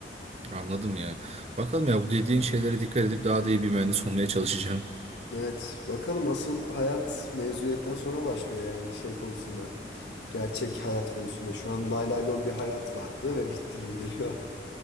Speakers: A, on the right; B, on the left.
A: Anladım ya. Bakalım ya bu dediğin şeylere dikkat edip daha da iyi bir mühendis olmaya çalışacağım.
B: Evet, bakalım asıl hayat mezuniyetten sonra başlıyor yani şey konusunda. Gerçek hayat konusunda. Şu an lay lay lon bir hayat vardı ve bitti gibi geliyor.